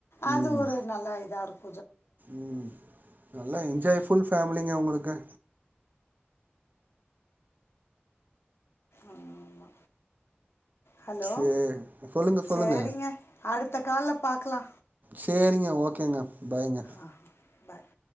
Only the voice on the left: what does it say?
அது
ஒரு நல்லா இதா இருக்
ஆமா ஹலோ
செரிங்க
அடுத்த கால்ல பாக்கலா
ஆ பாய்